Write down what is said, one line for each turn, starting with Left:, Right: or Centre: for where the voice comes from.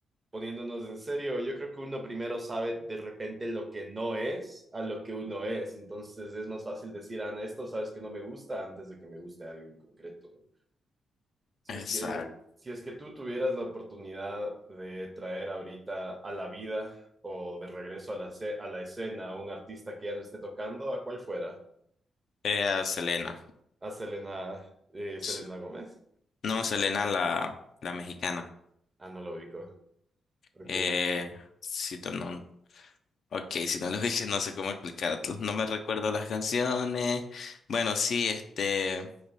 Right: poniéndonos en serio, yo creo que uno primero sabe de repente lo que no es a lo que uno es. Entonces es más fácil decir, ah, esto sabes que no me gusta antes de que me guste algo en concreto, ¿no? Si
Left: Exacto.
Right: es que, si es que tú tuvieras la oportunidad de traer ahorita a la vida o de regreso a la, ce- a la escena a un artista que ya no esté tocando, ¿a cuál fuera?
Left: Eh, a Selena.
Right: A Selena, eh, Selena
Left: Sí.
Right: Gómez.
Left: No, Selena la, la mexicana.
Right: Ah, no lo ubico. Ok.
Left: Eh, si no, no- ok, si no lo <laughs> dije, no sé cómo explicar. No me recuerdo las canciones. Bueno, sí, este,